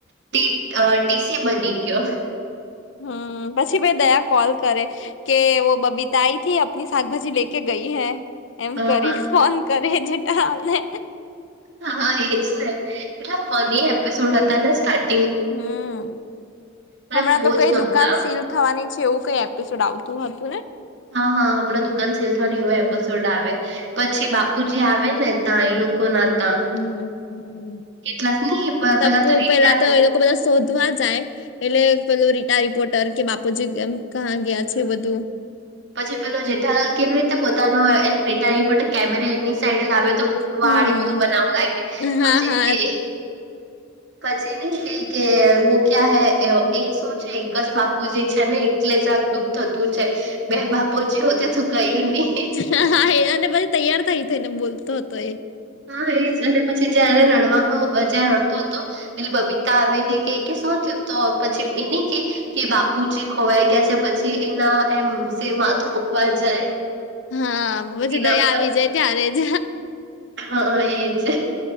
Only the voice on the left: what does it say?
હમ્મ પછી મેં દયા કોલ કરે. કે વો બબીતા આઈ થી આપની શાકભાજી લે કે ગઈ હૈ.
એમ કરી
ફોન કરે જેઠાલાલ ને.
હમ્મ
હમણાં
તો
કઈ
દુકાન સીલ. થવાની છે એવું કઈ એપિસોડ આવતું હતું ને.
હમ્મ હમ્મ
તપ્પુ
પેલા તો એ. બધા શોધવા જાય એટલે પેલું રિટા રિપોર્ટર કે બાપુજી કેમ કહા ગયા છે બધું.
હમ
હા
હા
હા હ એ અને પછી તૈયાર થઈ થઈ ને બોલતો હતો એ.
હા પછી
દયા આવી
જાય ત્યારે જ.